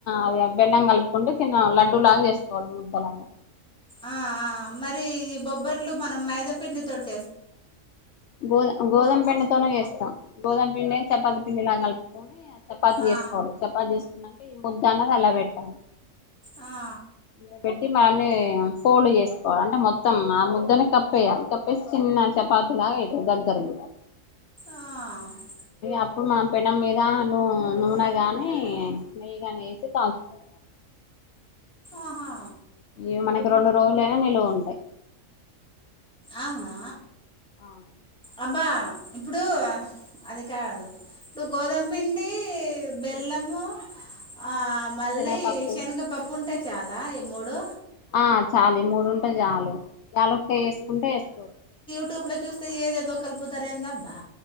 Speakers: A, on the left; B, in the centre.
A: అది బెల్లం కలుపుకుంటే చిన్న లడ్డూలాగా చేసుకోవాలి ముద్దలాగా
B: ఆ ఆ మరి ఈ బొబ్బర్లు మనం మైదాపిండి తోటి
A: గోధ గోధుమ పిండితోనే చేస్తా గోదుమ పిండి చపాతి పిండిలా కలుపుకొని చపాతి
B: ఆ
A: చేసుకోవాలి చపాతి చేసుకున్నా ఈ ముద్ద అన్నది అలా పెట్టాలి
B: ఆ
A: ఇలా పెట్టి మామి ఫోల్డ్ చేసుకోవాలి అంటే మొత్తం ఆ ముద్దని కప్పేయాలి కప్పేసి చిన్న చపాతీ లాగా అయితది దగ్గరకి
B: హా
A: అప్పుడు మనం పెనం మీద నూ నూనె గాని నెయ్యి గాని వేసి కాల్చుకోవాలి
B: ఆహా
A: ఇగ మనకి రెండు రోజులైనా నిలువ ఉంటాయి
B: అవునా
A: అవును
B: అబ్బా ఇప్పుడు అది కాదు ఇప్పుడు గోధుమ పిండి బెల్లము ఆ మళ్ళీ
A: శనగపప్పు
B: శనగపప్పు ఉంటే చాలా ఈ మూడు
A: ఆ చాలు ఈ మూడు ఉంటే చాలు యాలుకాయ వేసుకుంటే వేసుకోవచ్చు
B: యూట్యూబ్ లో చూస్తే ఏదేదో కలుపుతారెంది అబ్బా